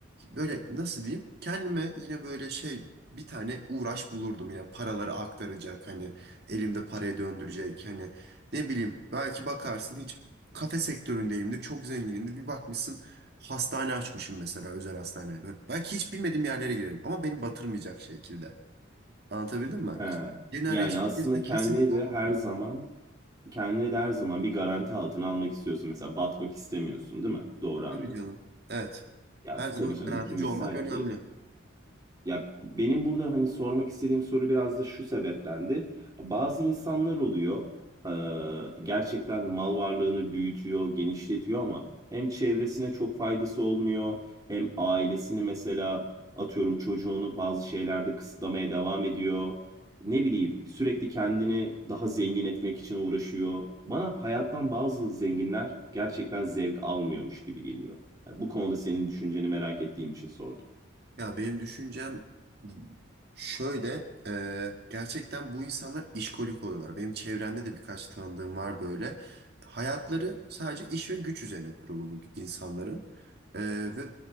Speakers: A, on the right; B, on the right.
A: böyle nasıl diyeyim? Kendime yine böyle şey bir tane uğraş bulurdum yine paraları aktaracak hani elimde parayı döndürecek hani ne bileyim belki bakarsın hiç kafe sektöründeyimdir çok zenginimdir bir bakmışsın hastane açmışım mesela özel hastane Böyle belki hiç bilmediğim yerlere girerim ama beni batırmayacak şekilde anlatabildim mi?
B: He.
A: Yeni
B: Yani
A: arayış
B: aslında
A: içerisinde
B: kendine
A: kesinlikle
B: de
A: olurdum
B: her zaman kendine de her zaman bir garanti altına almak istiyorsun. Mesela batmak istemiyorsun, değil mi? Doğru anladım.
A: tabii canım evet
B: Ya
A: her zaman
B: tabii canım
A: garantici
B: kim ister
A: olmak önemli.
B: ki? Ya benim burada hani sormak istediğim soru biraz da şu sebeptendi. Bazı insanlar oluyor, e, gerçekten mal varlığını büyütüyor, genişletiyor ama hem çevresine çok faydası olmuyor, hem ailesini mesela atıyorum çocuğunu bazı şeylerde kısıtlamaya devam ediyor. Ne bileyim sürekli kendini daha zengin etmek için uğraşıyor. Bana hayattan bazı zenginler gerçekten zevk almıyormuş gibi geliyor. Yani bu konuda senin düşünceni merak ettiğim için sordum.
A: Ya benim düşüncem şöyle, e, gerçekten bu insanlar işkolik oluyorlar. Benim çevremde de birkaç tanıdığım var böyle. Hayatları sadece iş ve güç üzerine kurulu bu insanların. E, ve